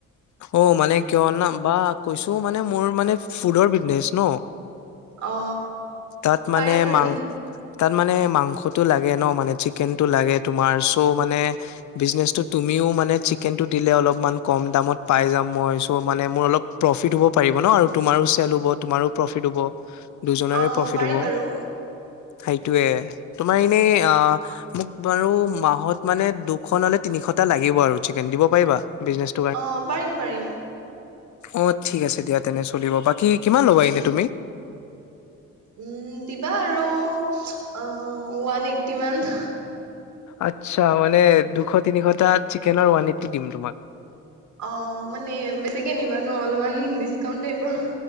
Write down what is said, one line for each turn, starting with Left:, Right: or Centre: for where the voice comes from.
Left: অ, মানে কিয় ন বা কৈছো মানে মোৰ মানে ফুডৰ বিজনেচ ন।
Right: অ
Left: তাত মানে
Right: পাৰি পাৰি
Left: মাংস তাত মানে মাংসটো লাগে ন মানে চিকেনতটো লাগে তোমাৰ চ' মানে বিজনেচটো তুমিও মানে চিকেনটো দিলে অলপমান কম দামত পাই যাম মই চ' মানে মোৰ অলপ প্ৰফিট হ'ব পাৰিব ন আৰু তোমাৰো চেল হ'ব তোমাৰো প্ৰফিট হ'ব। দুজনেৰে
Right: অ
Left: প্ৰফিট
Right: পাৰি
Left: হ'ব
Right: বাৰু
Left: সেইটয়ে তোমাৰ এনে অ'। মোক বাৰু মাহত মানে দুশ নলে তিনিশটা লাগিব আৰু চিকেন দিব পাৰিবানে।
Right: অ, পাৰিম, পাৰিম।
Left: অ, ঠিক আছে দিয়া তেনে চলিব বাকী কিমান ল'বা এনে তুমি?
Right: উম, দিবা আৰু অ, ওৱান এইট্টি মান।
Left: আচ্ছা মানে দুশ, তিনিশটা চিকেনৰ ওৱান এইট্টি দিম তোমাক।
Right: অ, মানে বেছিকে নিবা ন, অলপমান ডিচকাউণ্ট টাইপৰ।